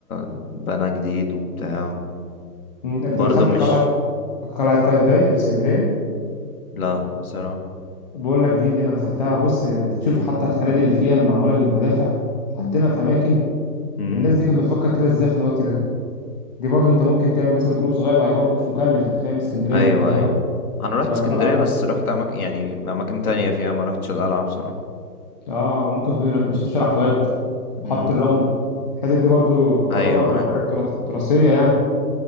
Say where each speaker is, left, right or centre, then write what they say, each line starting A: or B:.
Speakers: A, on the left; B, on the left.
A: بنى جديد وبتاع
B: أمم، انت
A: برضه
B: دخلت
A: مش
B: قلعه قلعة قايتباي اللي في اسكندرية
A: لا بصراحة
B: بقول لك دي دي أنا دخلتها بص أنت تشوف
A: مم.
B: حتى الخنادق اللي فيها المعمولة للمدافع حاطينها في أماكن
A: مم.
B: الناس دي كانت بتفكر كده إزاي في الوقت ده دي برضو أنت ممكن تعمل مثلا جروب صغير وهي برضو مش مكلف أنت فاهم اسكندرية
A: ايوه
B: من القاهرة
A: ايوه انا رحت
B: آه
A: اسكندرية
B: قلعة
A: بس رحت اماكن يعني اماكن تانية فيها ما رحتش القلعة بصراحة
B: آه ممكن تبقى اتمشيت في شارع فؤاد
A: مم.
B: حط الرمل الحتت دي برضو تعتبر
A: ايوه ايوه
B: حاجات تراث- تراثية يعني